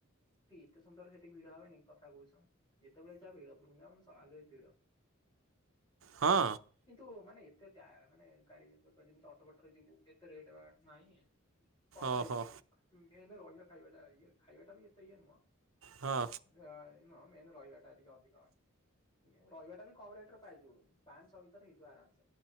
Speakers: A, on the left; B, on the right.
A: ଏତେ ସୁନ୍ଦର ସେଠି ଭିଡ ହବନି କଥା କହୁଛୁ। ଯେତେବେଳେ ଯାଅ ଭିଡ଼ ବୃନ୍ଦ। ଚାଲୁ ଭିଡ।
B: ହଁ
A: କିନ୍ତୁ ମାନେ ଏତେ ମାନେ ଗାଡି ଯେମିତି ଅଟୋ ବାଟରେ ଯିବୁ ଏତେ ରେଟଟ ନାହିଁ। ପାାମରେ
B: ଓହୋ
A: ଏ ନା ରହିାବା ଖାଇବାଟା ଇ ଖାଇବାଟା ବି ଏତେ ଇ ନୁହଁ।
B: ହଁ
A: ହଁ ନ ମେନ ରହିବା ଟା ଟିକେ ଅଧିକ ରହିବା ଟା ବି କମ ରେଟ ରେ ପାଇଯିବ। ପାଞ୍ଚ ଛଅ ଭିତରେ ହେଇଯିବ ଆରାମସେ